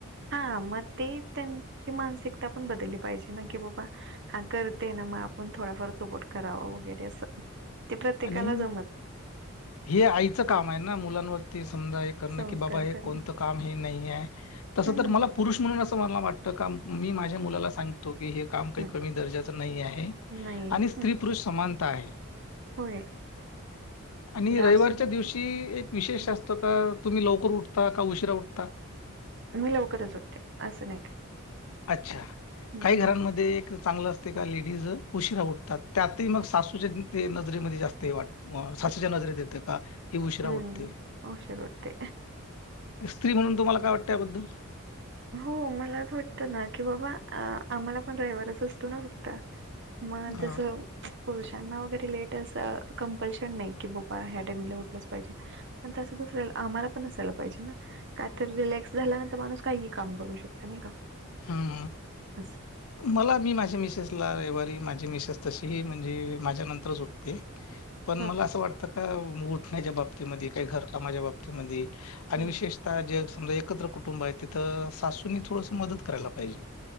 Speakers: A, on the right; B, on the left.
A: हा मग ते त्यांची मानसिकता पण बदलली पाहिजे ना की बाबा हा करते ना मग आपण थोडाफार सपोट करावा वगैरे असं ते प्रत्येकाला
B: आणि
A: जमत
B: हे आईचं काम आहे ना मुलांवरती समजा एक करण
A: संस्कार
B: की बाबा हे
A: करणं
B: कोणतं काम हे नाही आहे. तसं
A: हम्म
B: तर मला पुरुष म्हणून असं मला वाटतं का मी माझ्या मुलाला सांगतो की हे. काम काही
A: हम्
B: कमी दर्जाच नाही आहे
A: नाही
B: आणि स्त्री
A: हम्
B: पुरुष समानता आहे.
A: होय.
B: आणि
A: ते
B: रविवारच्या
A: असं नाही
B: दिवशी
A: की
B: एक विशेष
A: हं,
B: असतो का तुम्ही लवकर उठता का उशिरा उठता.
A: मी लवकरच उठते असं नाही काय.
B: अच्छा
A: हम्म
B: काही घरांमध्ये
A: हम्म
B: एक. चांगलं असते का लेडीज उशीरा उठतात त्यातही मग सासूच्या ते नजरेमध्ये जास्त हे वाट. सासूच्या नजरेत येतोय का. ही उशिरा
A: हम्म
B: उटते
A: उशीर उठते
B: स्त्री म्हणून तुम्हाला काय वाटतं याबद्दल.
A: हो मला वाटतं ना की बाबा आम्हाला पण ड्रयव्हरच असतो ना फक्त. मग
B: हा
A: जस. पुरुषांना वगैरे लेट असं कंपल्शन नाही की बाबा ह्या टाइमला उठलंच पाहिजे. पण तं दुसला आम्हाला पण असायला पाहिजे ना काय तर रिलॅक्स झाल्यानंतर माणूस काही काम करू शकत नाही का.
B: हा.
A: अस.
B: मला मी माझ्या मिसेसला रविवारी माझी मिसेस तशीही म्हणजे माझ्या नंतरच उठते. हा. पण
A: हा
B: मला असं वाटतं का उठण्याच्या बाबतीमध्ये काही घरकामाच्या बाबतीमध्ये आणि
A: हम्म
B: विशेष. आता जे समजा एकत्र कुटुंब आहे तिथं सासूंनी थोडस मदत करायला पाहिजे.